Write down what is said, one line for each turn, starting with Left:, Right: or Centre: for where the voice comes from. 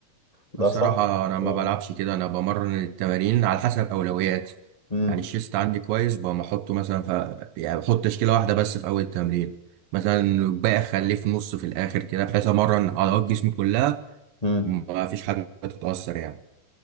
Left: ده
Right: الصراحة
Left: صح؟
Right: أنا ما
Left: آه.
Right: بلعبش كده أنا بمرن التمارين على حسب أولويات
Left: مم.
Right: يعني الشيست عندي كويس بقوم أحطه مثلا ف... يعني بحط تشكيلة واحدة بس في أول التمرين مثلا الباقي أخليه في نص في الآخر كده بحيث أمرن عضلات جسمي كلها
Left: مم.
Right: وما فيش حاجة تتأثر يعني